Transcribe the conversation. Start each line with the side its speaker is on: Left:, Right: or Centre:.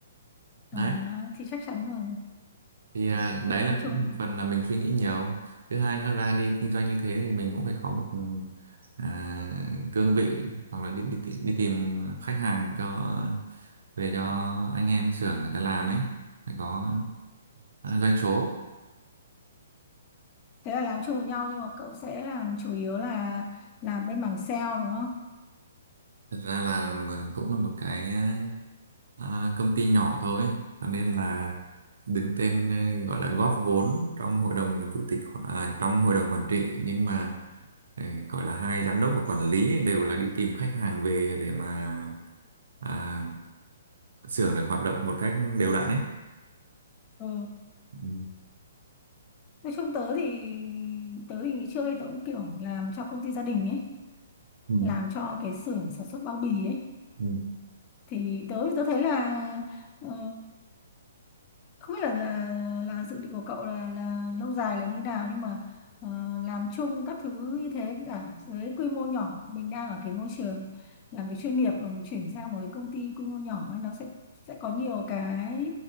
Right: đấy
Left: À, thì chắc chắn là
Right: thì à, đấy
Left: kinh doanh
Right: là
Left: chung.
Right: cũng một phần là mình suy nghĩ nhiều thứ hai nữa ra đi kinh doanh như thế thì mình cũng phải có một à, cương vị hoặc là đi, đi, tì- đi tìm khách hàng cho về cho anh em xưởng người ta làm ấy phải có à, doanh số
Left: thế là làm chung với nhau nhưng mà cậu sẽ làm chủ yếu là làm bên mảng sale đúng không
Right: thật ra là mà cũng là một cái à, công ty nhỏ thôi cho nên là đứng tên ờ, gọi là góp vốn trong hội đồng chủ tịch hoặc- à, trong hội đồng quản trị nhưng mà ờ, gọi là hai giám đốc và quản lý đều là đi tìm khách hàng về để mà à, xưởng được hoạt động một cách đều đặn ấy
Left: ừ.
Right: Ừ,
Left: nói chung tớ thì tớ thì trước đây tớ cũng kiểu làm cho công ty gia đình ấy
Right: ừ,
Left: làm cho cái xưởng sản xuất bao bì ấy
Right: ừ.
Left: thì tớ tớ thấy là ờ, không biết là là là dự định của cậu là là lâu dài là như nào nhưng mà ờ, làm chung các thứ như thế với cả với quy mô nhỏ mình đang ở cái môi trường làm việc chuyên nghiệp mà mình chuyển sang một cái công ty quy mô nhỏ ấy, nó sẽ sẽ có nhiều cái